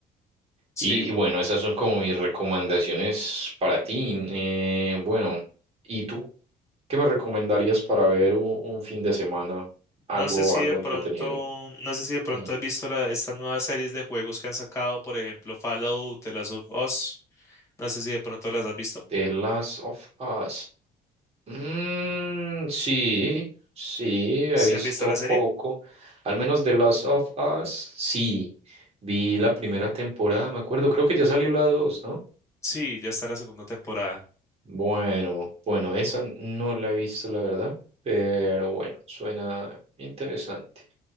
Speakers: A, on the left; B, on the right.
A: Sí.
B: Y, y bueno, esas son como mis recomendaciones para ti. Eh, bueno, ¿y tú qué me recomendarías para ver un, un fin de semana? Algo,
A: No sé si
B: algo
A: de pronto,
B: entretenido.
A: no sé si de pronto
B: Mm.
A: has visto la- estas nuevas series de juegos que han sacado, por ejemplo, Fallout, The Last of Us. No sé si de pronto las has visto.
B: The Last of Us. Mm, sí, sí, he
A: ¿Si
B: visto
A: has visto la serie?
B: poco, al menos The Last of Us, sí, vi la primera temporada, me acuerdo, creo que ya salió la dos, ¿no?
A: Sí, ya está la segunda temporada.
B: Bueno, bueno, esa no la he visto, la verdad, pero bueno, suena interesante.